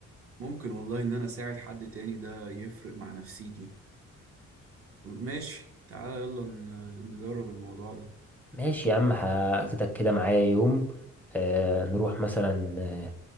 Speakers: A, on the right; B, in the centre.
A: ممكن والله ان انا اساعد حد تاني ده يفرق مع نفسيتي ماشي تعالى يلا ن- نجرب الموضوع ده
B: ماشي يا عم هاخدك كده معايا يوم آه نروح مثلا آه